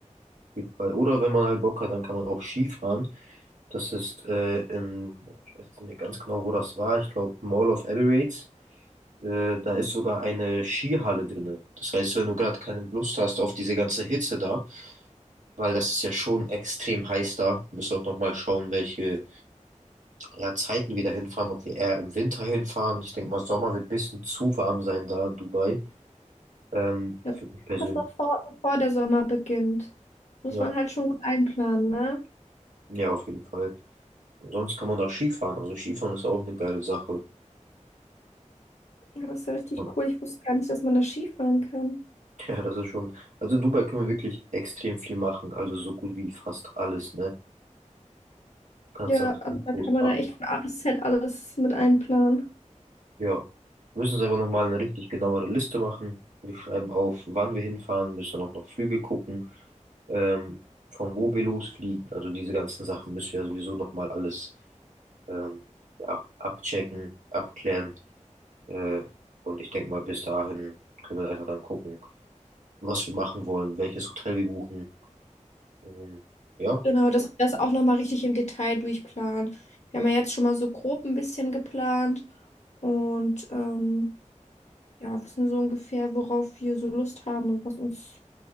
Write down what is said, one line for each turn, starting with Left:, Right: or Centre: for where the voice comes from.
Right: Auf jeden Fall. Oder wenn man halt Bock hat, dann kann man auch Skifahren. Das ist äh, in, boah, ich weiß jetzt nicht mehr ganz genau, wo das war. Ich glaube, Mall of Emirates. Äh, da ist sogar eine Skihalle drin. Das heißt, wenn du gerade keine Lust hast auf diese ganze Hitze da, Weil das ist ja schon extrem heiß da. Wir müssen auch nochmal schauen, welche ja, Zeiten wir da hinfahren, ob wir eher im Winter hinfahren. Ich denke mal, Sommer wird ein bisschen zu warm sein da in Dubai. Ähm,
Left: Ja.
Right: für mich persönlich.
Left: Das noch vor, bevor der Sommer beginnt. Muss
Right: Ja,
Left: man halt schon gut einplanen, ne?
Right: ja, auf jeden Fall. Und sonst kann man auch Skifahren. Also Skifahren ist auch eine geile Sache.
Left: Ja, das ist ja richtig
Right: <laughs> Und,
Left: cool. Ich wusste gar nicht, dass man da Skifahren kann.
Right: ja, das ist schon. Also in Dubai können wir wirklich extrem viel machen. Also so gut wie fast alles, ne? Du kannst
Left: Ja,
Right: das
Left: also
Right: gut
Left: da
Right: groß
Left: kann man ja echt von A bis Z alles mit einplanen.
Right: Ja. Wir müssen uns einfach nochmal eine richtig genauere Liste machen. Wir schreiben auf, wann wir hinfahren, müssen auch noch Flüge gucken, ähm, von wo wir losfliegen. Also diese ganzen Sachen müssen wir sowieso nochmal alles ähm, ja, abchecken, abklären. Äh, und ich denke mal, bis dahin können wir einfach dann gucken, was wir machen wollen, welches Hotel wir buchen. Ähm, ja,
Left: Genau, dass wir das auch nochmal richtig im Detail durchplanen. Wir haben ja jetzt schon mal so grob ein bisschen geplant und ähm, ja, wissen so ungefähr, worauf wir so Lust haben und was uns,